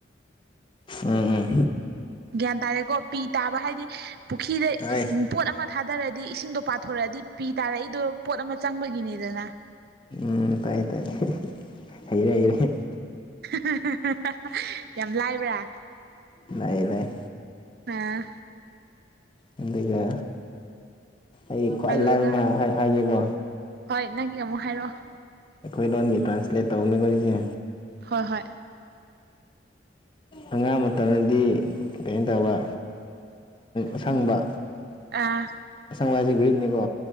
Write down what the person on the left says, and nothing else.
ꯎꯝ ꯎꯝ
ꯍꯣꯏ
ꯎꯝ ꯇꯥꯏꯌꯦ ꯇꯥꯏꯌꯦ ꯍꯩꯔꯦ ꯍꯩꯔꯦ
ꯂꯥꯛꯑꯦ ꯂꯥꯛꯑꯦ
ꯑꯗꯨꯒ ꯑꯩ ꯈ꯭ꯋꯥꯏ
ꯂꯥꯏꯕ ꯃꯌꯥꯝ ꯍꯥꯏ ꯍꯥꯏꯒꯦꯀꯣ
ꯑꯩꯈꯣꯏ ꯂꯣꯟꯒꯤ ꯇ꯭ꯔꯥꯟꯁꯂꯦꯠ ꯇꯧꯅꯤꯀꯣ ꯑꯩꯁꯦ
ꯑꯉꯥꯡ ꯃꯇꯝꯗꯗꯤ ꯀꯩꯅꯣ ꯇꯧꯕ ꯑꯁꯪꯕ
ꯁꯪꯉꯣ ꯍꯥꯏꯖꯦ ꯒ꯭ꯔꯤꯟꯅꯤꯀꯣ